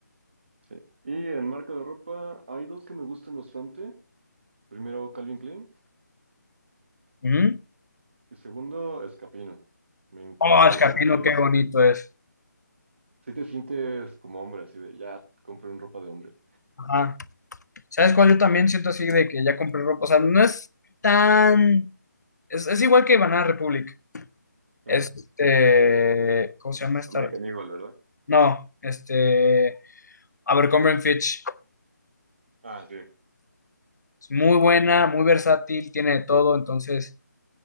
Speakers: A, on the right (about 40°); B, on the left (about 65°).
A: Sí. Y en marca de ropa hay dos que me gustan bastante. Primero Calvin Klein
B: Ujú.
A: y segundo Escapino. Me encanta
B: Oh, el
A: la
B: capino,
A: ropa de
B: qué
A: ahí.
B: bonito es.
A: Si te sientes como hombre, así de ya compré un ropa de hombre.
B: Ajá. ¿Sabes cuál? Yo también siento así de que ya compré ropa. O sea, no es tan. Es, es igual que Banana Republic. Este.
A: Ajá.
B: ¿Cómo se llama esta?
A: American Eagle,
B: No, este. Abercrombie Fitch.
A: Ah, sí,
B: Es muy buena, muy versátil, tiene de todo. Entonces,